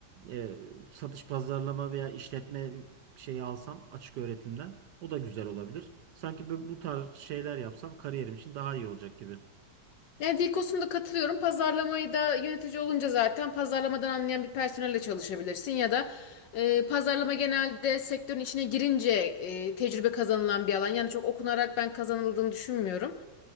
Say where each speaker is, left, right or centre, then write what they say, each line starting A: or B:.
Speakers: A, on the right (about 65°); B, on the left (about 70°).
A: E, satış pazarlama veya işletme şeyi alsam açık öğretimden o da güzel olabilir. Sanki bu, bu tarz şeyler yapsam kariyerim için daha iyi olacak gibi.
B: Yani dil katılıyorum. Pazarlamayı da yönetici olunca zaten pazarlamadan anlayan bir personelle çalışabilirsin ya da e, pazarlama genelde sektörün içine girince e, tecrübe kazanılan bir alan. Yani çok okunarak ben kazanıldığını düşünmüyorum.